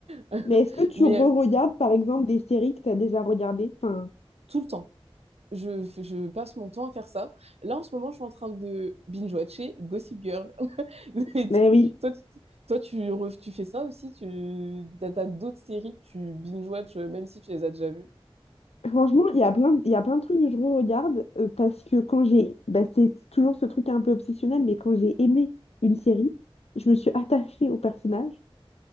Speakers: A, on the right; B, on the left.
A: <laughs>
B: Mais est-ce que tu
A: Mais
B: re-regardes,
A: euh,
B: par exemple, des séries que tu as déjà regardées? Enfin,
A: tout le temps, je, fais- je passe mon temps à faire ça. Là en ce moment, je suis en train de binge-watcher Gossip Girl. <laughs>
B: mais oui.
A: Toi, tu, toi, tu, ref- tu fais ça aussi? Tu, t'as, t'as d'autres séries que tu binge-watch, euh, même si tu les as déjà vues?
B: Franchement, il y a plein, de- il y a plein de trucs que je re-regarde euh, parce que quand j'ai... bah, c'est toujours ce truc un peu obsessionnel, mais quand j'ai aimé une série, je me suis attachée au personnage